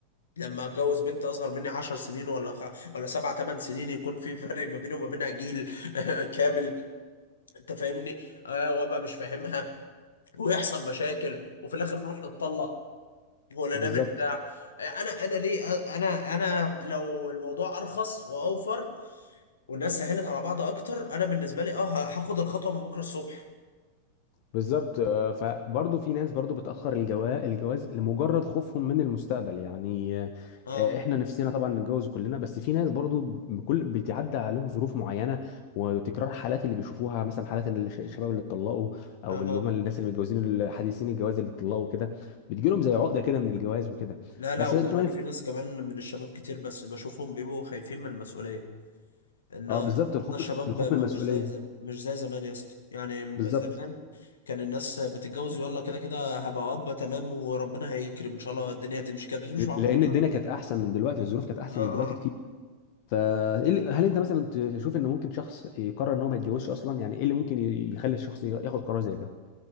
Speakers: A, on the left; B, on the left.
A: لما أتجوز بنت أصغر مني 10 سنين ولا خ... ولا سبع ثمان سنين يكون في فرق ما بيني وما بينها جيل <laughs> كامل أنت فاهمني آه وأبقى مش فاهمها ويحصل مشاكل وفي الآخر نروح نتطلق ولا
B: بالظبط
A: نعمل بتاع آه، انا انا ليه آه، انا انا لو الموضوع ارخص واوفر والناس سهلت على بعض اكتر انا بالنسبه لي اه ه- هاخد الخطوه من بكره الصبح
B: بالظبط آه، فبرضه في ناس برضه بتأخر الجواز الجواز لمجرد خوفهم من المستقبل يعني
A: اه
B: آه، احنا نفسنا طبعا نتجوز كلنا بس في ناس برضه بكل بتعدى عليهم ظروف معينة وتكرار حالات اللي بيشوفوها مثلا حالات إن الش- الشباب اللي اتطلقوا او
A: اها
B: اللي هم الناس اللي متجوزين الحديثين الجواز اللي اتطلقوا كده بتجيلهم زي عقدة كده من الجواز وكده
A: لا لا
B: بس
A: وكمان
B: انت ما ينفع
A: في ناس كمان من الشباب كتير بس بشوفهم بيبقوا خايفين من المسؤولية ان النهارده
B: اه بالظبط الخوف
A: الشباب
B: الخوف
A: ما
B: من المسؤولية
A: مش زي زم... مش زي زمان يا اسطى يعني ب-
B: بالظبط
A: زمان كان الناس بتتجوز يلا كده كده هبقى اب تمام وربنا هيكرم ان شاء الله الدنيا هتمشي كده بس مش
B: لان
A: بعمل البركة
B: الدنيا
A: كده
B: كانت احسن من دلوقتي الظروف كانت احسن
A: اه
B: من دلوقتي كتير فهل انت مثلا تشوف ان ممكن شخص يقرر ان هو ما يتجوزش اصلا يعني ايه اللي ممكن يخلي الشخص ياخد قرار زي ده